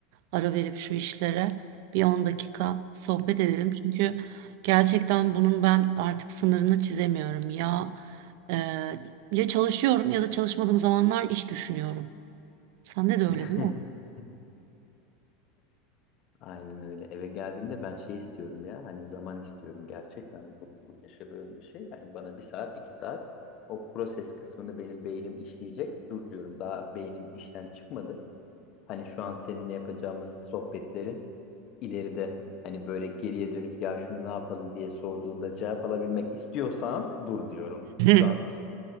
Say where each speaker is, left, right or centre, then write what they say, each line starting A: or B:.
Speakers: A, on the right (about 60°); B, on the left (about 35°).
A: ara verip şu işlere bir 10 dakika sohbet edelim. Çünkü gerçekten bunun ben artık sınırını çizemiyorum. Ya e, ya çalışıyorum ya da çalışmadığım zamanlar iş düşünüyorum. Sen de
B: <laughs>
A: öyle değil mi?
B: Aynen öyle. Eve geldiğimde ben şey istiyorum ya. Hani zaman istiyorum. Gerçekten bu, bu yaşadığım bir şey. Yani bana bir saat, iki saat o proses kısmını benim beynim işleyecek. Dur diyorum. Daha beynim işten çıkmadı. hani şu an seninle yapacağımız sohbetleri ileride hani böyle geriye dönük ya şunu ne yapalım diye sorduğunda cevap alabilmek istiyorsan dur diyorum. Şu
A: <laughs>
B: an